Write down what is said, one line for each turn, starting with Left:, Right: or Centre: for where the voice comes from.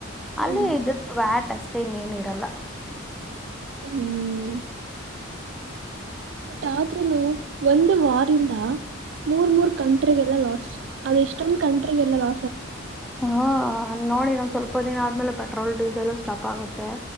Right: ಹ್ಮ್
Centre: ಅಲ್ಲಿ ಇದುರ್ದು ವ್ಯಾಟ್ ಅಸ್ಟೆ ಇನ್ನೇನು ಇರಲ್ಲ
Right: ಹ್ಮ್ ಬ ಆದ್ರನು ಒಂದು ವಾರಿಂದ ಮೂರ್ ಮೂರ್ ಕಂಟ್ರಿಗೆಲ್ಲ ಲಾಸ್ ಅದು ಇಷ್ಟೊಂದ್ ಕಂಟ್ರಿ ಎಲ್ಲಾ
Centre: ಹಾ ನೋಡಿನ್ ಸ್ ಸ್ವಲ್ಪ ದಿನ ಆದ್ಮೇಲೆ ಪೆಟ್ರೋಲು ಡೀಸಲ್ ಸ್ಟಾಪ್ ಆಗುತ್ ತ್ತೆ